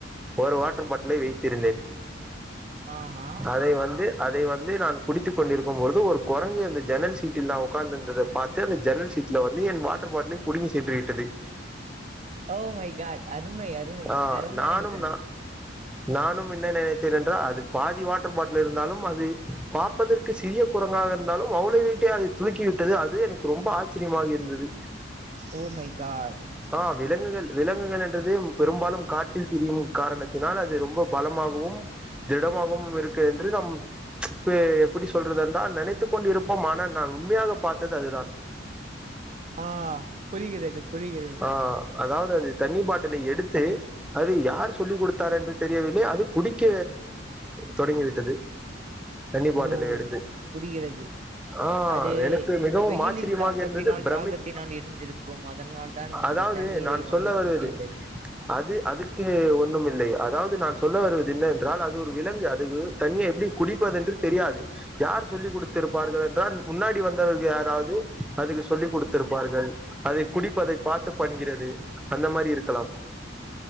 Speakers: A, in the centre; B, on the right.
A: ஒரு வாட்ரு பாட்லை வைத்திருந்தேன்
B: ஆஹா
A: அதை வந்து அதை வந்து நான் குடித்து கொண்டிருக்கும் பொழுது ஒரு கொரங்கு அந்த ஜன்னல் சீட்டில் நா ஒக்கார்ந்திருந்தத பாத்து அந்த ஜன்னல் சீ ட்ல வந்து என் வாட்டர் பாட்லை புடுங்கி சென்று விட்டது
B: ஓ மை காட் அருமை அருமை
A: ஆ
B: அருமயான
A: நானும்
B: நிகழ்வு
A: நா நானும் என்ன நினைத்தேன் என்றால் அது பாதி வாட்ரு பாட்லு இருந்தாலும் அது பா ப்பதற்கு சிறிய குரங்காக இருந்தாலும் அவ்ளோ வெயிட்ட அது தூக்கி விட்டது அதுவே எனக்கு ரொம்ப ஆச்சரியமாக இருந்தது
B: ஓ மை காட்டு
A: ஆ விலங்குகள் விலங்குகள் என்றது பெரும்பாலும் காற்றில் திரியும் காரணத்தினால் அது ரொம்ப பலமாகவும் திடமாகவும் இருக்கு என்று நம் இப்ப எப்டி சொல்றது என்றால் நினைத்து கொண்டிருப்போம் ஆனா நான் உண்மயாக பாத்தது அதுதான்
B: ஆ புரிகிறது புரிகிறது
A: ஆ அதாவ்து அது தண்ணி பாட்டிலை எடுத்து அது யார் சொல்லி குடுத்தார் என்று தெரியவில்லை அது குடிக்க தொடங்கி விட்டது தண்ணி பாட்டில
B: ஓ
A: எடுத்து
B: புரிகிறது
A: ஆ
B: அது
A: எனக்கு மிகவும்
B: வெயிலின்
A: ஆச்சரியமாக
B: தாக்கத்தினால்
A: இருந்தது. பிரமிப்
B: தாகத்தினால் இருந்திருக்கும் அதனால் தான் உங்கள்
A: அதாவது,
B: தண்ணீரை
A: நான்
B: வாங்கி
A: சொல்ல
B: குடித்து
A: வருவது அது அதுக்கு ஒண்ணும் இல்லை. அதாவது நான் சொல்ல வருவது என்ன ட்றால் அது ஒரு விலங்கு. அது தண்ணீயை எப்டி குடிப்பது என்று தெரியாது யார் சொல்லி் குடுத்திருப்பார்கள் என்றால், முன்னாடி வந்தவர்கள் யாராவது அதுக்கு சொல்லி் குடுத்திருப்பார்கள். அதை குடிப்பதை பார்த்து பண்கிறது அந்த மாரி இருக்கலாம்